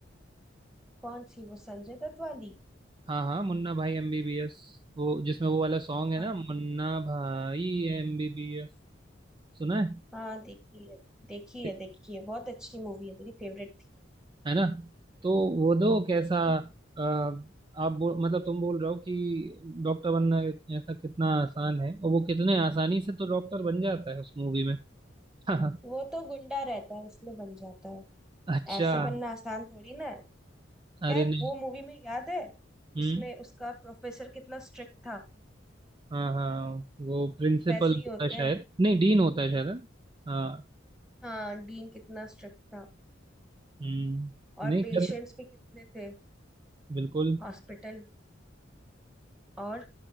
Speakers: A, in the centre; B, on the right.
A: कौन सी वो संजय दत्त वाली
B: हाँ हाँ मुन्ना भाई एमबीबीएस वो जिसमें वो वाला सॉन्ग है
A: हाँ
B: ना मुन्ना भाई एमबीबीएस सुना
A: हाँ देखी है देखी
B: है
A: है देखी है बहुत अच्छी मूवी है मेरी फेवरेट थी
B: है ना तो वो दो कैसा
A: हम्म।
B: अ, आप बो, मतलब तुम बोल रहे हो कि डॉक्टर बनना ऐसा कितना आसान है और वो कितने आसानी से तो डॉक्टर बन जाता है उस मूवी में <laughs>
A: वो तो गुंडा रहता है इसलिए बन जाता है
B: अच्छा
A: ऐसे
B: हाँ
A: बनना आसान थोड़ी ना है खैर
B: अरे नहीं
A: वो मूवी में याद है
B: हम्म
A: उसमें उसका प्रोफेसर कितना स्ट्रिक्ट था
B: हाँ हाँ वो प्रिंसिपल
A: वैसे ही
B: होता
A: होते
B: है शायद
A: हैं
B: नहीं डीन होता है शायद है? हाँ
A: हाँ डीन कितना स्ट्रिक्ट था
B: हम्म
A: और
B: नहीं
A: पेशेंट्स
B: कर
A: भी कितने थे
B: बिल्कुल
A: हॉस्पिटल और